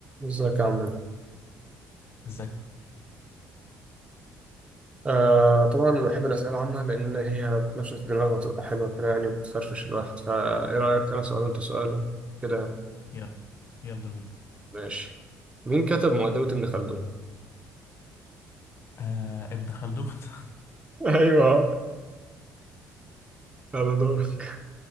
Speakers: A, on the right; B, on the left.
A: ازيك يا عمنا
B: ازيك
A: آه طبعا أنا بحب الأسئلة العامة لأن هي بتنشط الدماغ وتبقى حلوة كده يعني وبتفرفش الواحد فإيه رأيك أنا سؤال وأنت سؤال كده يعني؟
B: يلا يلا بينا
A: ماشي مين كتب مقدمة ابن خلدون؟
B: آه ابن خلدون <laughs>
A: <laughs> ايوه على دورك